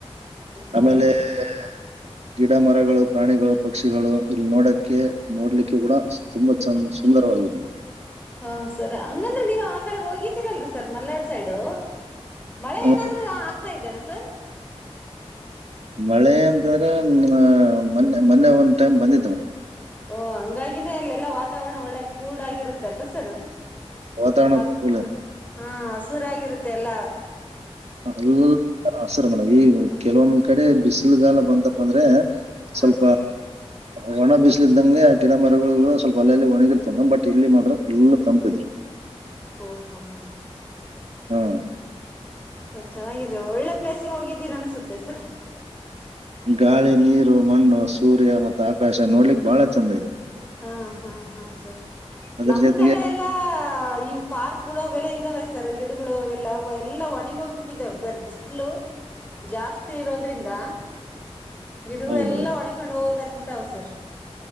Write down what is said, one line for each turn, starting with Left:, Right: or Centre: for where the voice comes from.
Left: ಪಾಯಿಂಟ್
Right: ಆಮೇಲೆ? <inaudible> ಗಿಡ ಮರಗಳು ಪ್ರಾಣಿಗಳು ಪಕ್ಷಿಗಳು ಇಲ್ಲಿ ನೋಡಕ್ಕೆ ನೋಡ್ಲಿಕ್ಕೆ ಬೂಡ <inaudible> ತುಂಬಾ ಚಂದ ಸುಂದರವಾಗಿದೆ ಮೇಡಂ. <inaudible>
Left: ಹಾ ಸರ್ ಹಂಗಂದ್ರೆ ನೀವ್ ಆ ಕಡೆ ಹೋಗಿದ್ದೀರಲ್ರರಿ ಸರ್ ಮಲ್ನಾಡ್ ಸೈಡು? <inaudible> ಮಳೆ
Right: ಮೇಡಮ್
Left: ಏನಾದರೂ ಆಗ್ತಾ ಇದ್ದೇನೆ ಸರ್? <inaudible>
Right: ಮಳೆ ಅಂತಂದ್ರೆ ಮ ಮೊನ್ನೆ ಮೊನ್ನೆ ಒಂದ್ ಟೈಮ್ ಬಂದಿತ್ತು ಮೇಡಂ. <inaudible>
Left: ಓ ಹಂಗಾಗಿನೇ ಅಲ್ಲೆಲ್ಲಾ ವಾತಾವರಣ ಒಳ್ಳೆ ಕೂಲ್ಡ್ ಆಗಿರುತ್ತೆ ಅಲ್ಲ ರಿ ಸರ್. <inaudible>
Right: ವಾತಾವರಣ
Left: ಹಗ್ಗ
Right: ಕೂಲ್
Left: ಹಾ ಹಸುರಾಗಿರುತ್ತೆ ಎಲ್ಲಾ? <inaudible>
Right: ಅಲ್ಲ ಹಸರ ಮೇಡಂ ಈಗ ಕೆಲವೊಂದ್ ಕಡೆ ಬಿಸಿಲುಗಾಲ ಬಂತಪ್ಪ ಅಂದ್ರೆ. <inaudible> ಸ್ವಲ್ಪ.
Left: ಹಾ ಸರ್
Right: <inaudible> ಒಣ ಬಿಸಲಿದ್ದಂಗೆ ಗಿಡ ಮರಗಳು ಕೂಡ ಸ್ವಲ್ಪ ಅಲ್ಲೆಲ್ಲಿ ಒಣಗಿರ್ತವ ಮೇಡಂ ಬಟ್ ಇಲ್ಲಿ ಮಾತ್ರ ಫುಲ್ ತಂಪ ಇದೆ. <inaudible>
Left: ಓಹೋ ಓಹೋ ಓಹೋ <inaudible>
Right: ಹ <inaudible>
Left: ಸರ್ ಚೆನ್ನಾಗಿದೆ ಒಳ್ಳೆ ಪ್ಲೇಸಿಗೆ ಹೋಗಿದ್ದೀರಾ ಅನ್ಸುತ್ತೆ ಸರ್? <inaudible>
Right: ಗಾಳಿ, ನೀರು, ಮಣ್ಣು, ಸೂರ್ಯ, ಮತ್ತ ಆಕಾಶ ನೋಡ್ಲಿಕ್ ಬಹಳ ಚಂದ ಐತಿ. <inaudible>
Left: ಹ ಹಾ ಹಾ ಸರ್
Right: ಅದ್ರ
Left: ನಮ್ಮ
Right: ಜೊತೆಗೆ
Left: ಕಡೆ ಎಲ್ಲಾ <inaudible> ಆ ಇವ ಪಾರ್ಕ್ಗಳು ಅವೆಲ್ಲ ಇದಾವೆ ಸರ್ ಗಿಡಗಳು ಅವೆಲ್ಲ ಎಲ್ಲ ಒಣಗಿ ಹೋಗಿ ಬಿಟ್ಟಿದಾವ ಸರ್ ಬಿಸಿಲು <inaudible> ಜಾಸ್ತಿ ಇರೋದ್ರಿಂದ ಗಿಡಗಳೆಲ್ಲ
Right: ಹೌದೌದು
Left: ಒಣಕೊಂಡ್ ಹೋಗಾಕತ್ತವ ಸರ್. <inaudible>